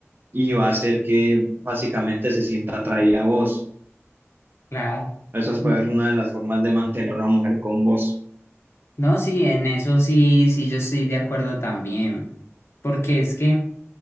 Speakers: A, on the right (about 45°); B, on the left (about 60°).
A: y va a hacer que básicamente se sienta atraída a vos.
B: Claro.
A: Esa puede
B: N-
A: ser una de las formas de mantener a una mujer con vos.
B: No, sí, en eso sí, sí, yo estoy de acuerdo también. Porque es que